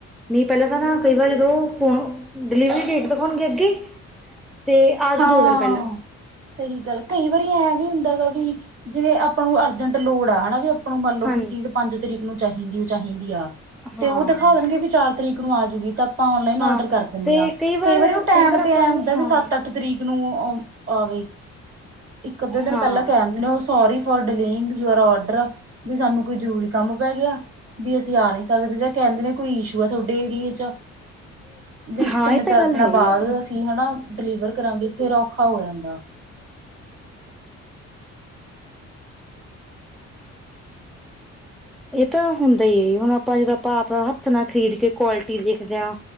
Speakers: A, in the centre; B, on the right (about 45°).
A: ਨੀ ਪੈਲਾਂ ਤਾਂ ਨਾ ਕਈ ਵਾਰੀ ਜਦੋਂ ਫੋ ਡਿਲੀਵਰੀ ਡੇਟ ਤੇ <unintelligible> ਤੇ ਆਜੋ
B: ਹਾਂ
A: ਦੋ ਦੇਣ ਪੈਲਾਂ
B: ਸਹੀ ਗੱਲ ਕਈ ਵਾਰੀ ਐਂ ਵੀ ਹੁੰਦਾ ਗਾ ਵੀ, ਜਿਵੇਂ ਆਪਾਂ ਨੂੰ ਅਰਜੰਟ ਲੋੜ ਆ ਹਨਾ ਵੀ ਆਪ ਨੂੰ ਮਾਨ ਲੋ
A: ਹਾਂ
B: ਕੋਈ ਚੀਜ਼ ਪੰਜ ਤਰੀਕ ਨੂੰ ਚਾਹੀਂਦੀ ਓ ਚਾਹੀਂਦੀ ਆ,
A: ਹਾਂ
B: ਤੇ ਓ ਦਖਾ ਦੇਨਗੇ ਵੀ ਚਾਰ ਤਰੀਕ ਆਜੂਗੀ ਤਾਂ ਆਪਾਂ ਔਨਲਾਈਨ
A: ਹਾਂ
B: ਔਡਰ ਕਰ ਦੰਨੇ
A: ਤੇ
B: ਆਂ, ਕਈ
A: ਵਾਰ
B: ਵਾਰੀ ਓ ਟੈਮ
A: ਕਈ ਵਾਰ ਆਪਾਂ
B: ਤੇ ਐ
A: ਨੂੰ
B: ਹੁੰਦਾ ਵੀ
A: ਹਾਂ
B: ਸੱਚ ਅੱਠ ਤਰੀਕ ਨੂੰ ਓ ਅ, ਆਵੇ ਇੱਕ-ਅੱਦੇ ਦਿਨ
A: ਹਾਂ
B: ਪੈਲਾਂ ਕੈ ਦੰਦੇ ਓ sorry for delaying your order, ਵੀ ਸਾਨੂੰ ਕੋਈ ਜਰੂਰੀ ਕੰਮ ਪੈ ਗੇਆ ਬੀ ਅਸੀਂ ਆ ਨੀ ਸਾਕਦੇ ਜਾਂ ਕੈਂਦੇ ਨੇ ਕੋਈ ਇਸ਼ੂ ਆ ਥੋਡੇ ਏਰੀਏ ਚ, ਵੀ
A: ਹਾਂ
B: ਤਿੰਨ-ਚਾਰ
A: ਇਹ ਤਾਂ ਗੱਲ
B: ਦਿਣਾ
A: ਹੈ ਹੀ
B: ਬਾਦ ਅਸੀਂ ਹਣਾਂ ਡਿਲੀਵਰ ਕਰਾਂਗੇ ਫੇਰ ਔਖਾ ਹੋ ਜਾਂਦਾ।
A: ਏ ਤਾਂ ਹੁੰਦਾ ਈ ਏ, ਹੋਣ ਆਪਾਂ ਜਦੋਂ ਆਪਾਂ ਆਪਣਾ ਹਾੱਥ ਨਾਲ ਖਰੀਦ ਕੇ ਕੁਆਲ ਲਟੀ ਦੇਖਦੇ ਆਂ,